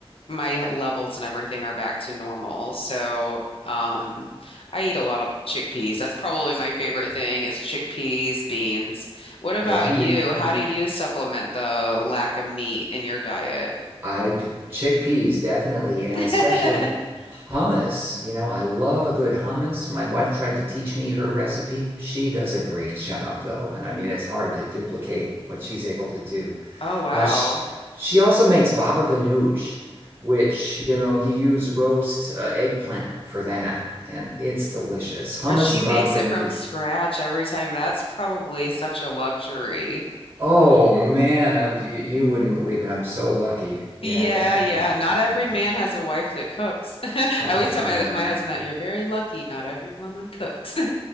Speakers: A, on the left (about 65°); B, on the right (about 25°).
A: my levels and everything are back to normal. So um I eat a lot of chickpeas. That's probably my favorite thing is chickpeas, beans. What about
B: Yeah,
A: you?
B: you,
A: How
B: you,
A: do you supplement the lack of meat in your diet?
B: I, chickpeas, definitely, and
A: <laughs>
B: especially hummus. You know, I love a good hummus. My wife tried to teach me her recipe. She does a great job, though, and I mean, it's hard to duplicate what she's able to do.
A: Oh, wow.
B: Uh, she, she also makes baba ganoush, which, you know, you use roast uh, eggplant for that, and it's delicious. Hummus
A: Or she
B: and
A: makes
B: baba ganoush.
A: it from scratch every time. That's probably such a luxury.
B: Oh man, I'm, you, you wouldn't believe it. I'm so lucky. Yeah,
A: Yeah,
B: that
A: yeah.
B: and
A: Not every
B: yeah.
A: man has a wife that cooks. <laughs> I
B: Oh,
A: always tell my
B: I know.
A: my husband that you're very lucky. Not every woman cooks. <laughs>